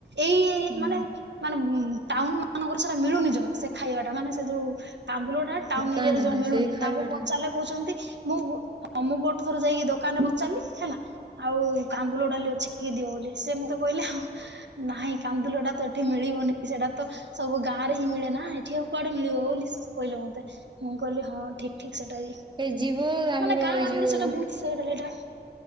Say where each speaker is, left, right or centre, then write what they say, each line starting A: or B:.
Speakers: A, on the right; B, on the right.
A: ଏଇ ଏରି
B: ହୁଁ।
A: ମାନେ ମାନେ ଉ ଟାଉନ ମାନଙ୍କର ସେଟା ମିଳୁନି ଯମା ସେ ଖାଇବା ଟା ମାନେ ସେ ଯୋଉ କାନ୍ଦୁଲଟା। ଟାଉନ
B: ନାଇଁ
A: ଏରିଆରେ
B: ନାଇଁ
A: ଜମା
B: ନାଇଁ
A: ମିଳୁନି
B: ସେଇ ଖାଇବାଟା
A: ତାଙ୍କୁ ପଚାରିଲେ କହୁଛନ୍ତି ମୁଁଁ ମୁଁ ଗୋଟେ ଥର ଯାଇକି ଦୋକାନ ରେ ପଚାରିଲି ହେଲା। ଆଉ କାନ୍ଦୁଲ ଡାଲି ଅଛି କି ଦିଅ ବୋଲି ସେ ମତେ କହିଲେ ନାହିଁ କାନ୍ଦୁଲ ତ ଏଠି ମିଳିବନି ସେଟା ତ ସବୁ ଗାଁ ରେ ହିଁ ମିଳେ ନା ଏଠି ଆଉ କୁଆଡେ ମିଳିବ ବୋଲି ସ କହିଲେ ମତେ। ମୁଁ କହିଲି ହଁ ଠିକ ଠିକ ସେଟା ବି
B: ଏଇ ଯିବ ଆମର
A: ମାନେ ଗାଁ
B: ଏଇ
A: ମାନଙ୍କର
B: ଯୋଉ
A: ସେଇଟା ବହୁତ ସେଟ ଏଇଟା।